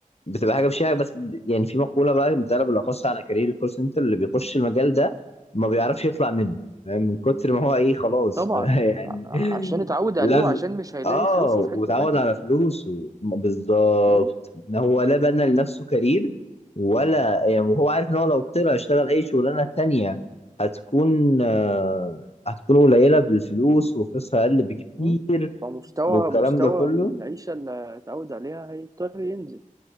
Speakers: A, on the left (about 45°); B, on the right (about 25°).
A: بتبقى حاجه مش حاجه بس يعني في مقوله بقى متقاله بالاخص على كارير الكول سنتر اللي بيخش المجال ده ما بيعرفش يطلع منه فاهم من كتر ما هو ايه خلاص
B: طبعا
A: <laughs> يعني
B: ع- عشان اتعود
A: لازم
B: عليه وعشان مش هيلاقي
A: اه
B: فلوسه في حتة
A: وتعود
B: تانية
A: على فلوسه م- بالظبط
B: م?
A: ان هو لا بنى لنفسه كارير ولا يعني وهو عارف ان هو لو طلع اشتغل اي شغلانه تانية هتكون آه هتكون قليله بالفلوس وفلوسها اقل بكتير
B: م? فمستوى
A: والكلام
B: مستوى
A: ده كله
B: العيشة اللي اتعود عليها هيضطر ينزل